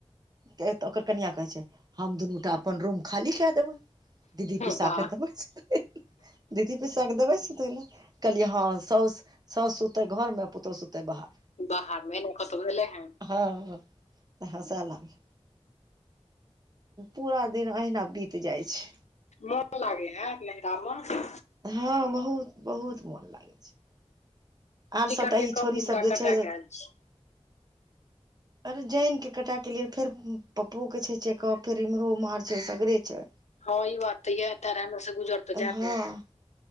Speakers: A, on the right; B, on the left.
A: कियाकि ओकर कनियाँ कहै छैय हम दुनु टा अपन रूम खाली केय देबै दीदी पिसा
B: वाह
A: अखैन <unintelligible> सुतबै दीदी पिसा के देबै सुतै लऽ कहलिय हँ साउस साउस सुतै घर मे पुतहु सुततै बाहर
B: बाहरमे एहनो केतो भेलै है
A: हँ तऽ हँसै लागले पूरा दिन अहिना बीत जाइ छै
B: मोन लागे हैत नहिरा मे
A: हँ बहुत बहुत मोन लागै छै आऔर
B: टिकटे
A: सबटा ई
B: कम
A: छोरी
B: दिनका
A: सब जे
B: कटा
A: छै
B: के आयल छी
A: अरे जाइनकेँ कटएकेँ एलिये फेर पपोकेँ छै चेकपे फेर एम्हरो ओम्हर छै सगरे छै
B: हँ ई बात त यै तेरे मे सँ गुजर तऽ जायत
A: हँ
B: ने